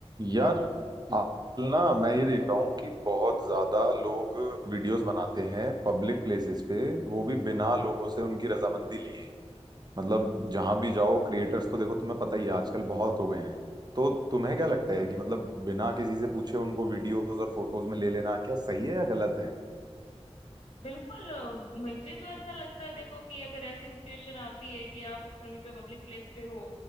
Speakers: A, on the right; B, on the left.
A: यार आजकल ना मैं ये देख रहा हूँ कि बहुत ज्यादा लोग वीडियोस बनाते हैं पब्लिक प्लेसेस पे वो भी बिना लोगों से उनकी रजामंदी लिए मतलब जहां भी जाओ क्रिएटर्स तो देखो तुम्हें पता ही है आजकल बहुत हो गए हैं तो तुम्हें क्या लगता है कि मतलब बिना किसी से पूछे उनको वीडियोस और फोटोज में ले लेना क्या सही है या गलत है
B: बिल्कुल अ, मुझे तो ऐसा लगता है देखो कि अगर ऐसी सिचुएशन आती है कि आप कहीं पे पब्लिक प्लेस पे हो